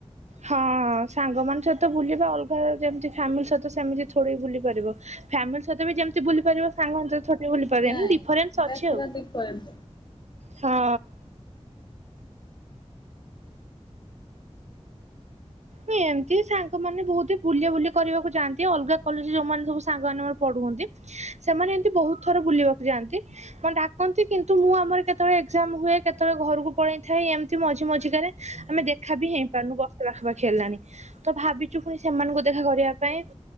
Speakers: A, on the right; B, on the left.
A: ହ ହଁ ସାଙ୍ଗ ମାନଙ୍କ ସହିତ ବୁଲିବା ଅଲଗା ଯେମିତି ଫ୍ୟାମିଲି ସହିତ ସେମିତି ଥୋଡି ବୁଲି ପାରିବ। ଫ୍ୟାମିଲି ସହିତ ବି ଯେମିତି ବୁଲି ପାରିବ ସାଙ୍ଗମାନଙ୍କ ସହିତ ବୁଲି ପାରିବନି
B: ନାଇଁ
A: ଡିଫରେନ୍ସ
B: ଡ୍ରେସ୍
A: ଅଛି
B: ପୁରା
A: ଆଉ।
B: ଡିଫରେଣ୍ଟ
A: ହଁ। ହଁ ଏମିତି ବି ସାଙ୍ଗମାନେ ବହୁତ ବୁଲିଆ ବୁଲି କରିବାକୁ ଯାଆନ୍ତି ଅଲଗା କଲେଜରେ ଯୋଉଁମାନେ ସବୁ ସାଙ୍ଗମାନେମୋର ପଢୁଛନ୍ତି। ସେମାନେ ଏମିତି ବହୁତ ଥର ବୁଲିବାକୁ ଯାଆନ୍ତି। ହଁ ଡାକନ୍ତି କିନ୍ତୁ ମୁଁ ଆମର କେତେବେଳେ ଏକ୍ଜାମ ହୁଏ କେତେବେଳେ ଘରକୁ ପଳେଇ ଥାଏ ଏମିତି ମଝି ମଝି କାରେ। ଆମେ ଦେଖା ବି ହେଇ ପାରୁନୁ ବର୍ଷ ପାଖାପାଖି ହେଲାଣି ତ ଭାବିଛୁ ପୁଣି ସେମାନଙ୍କୁ ଦେଖା କରିବା ପାଇଁ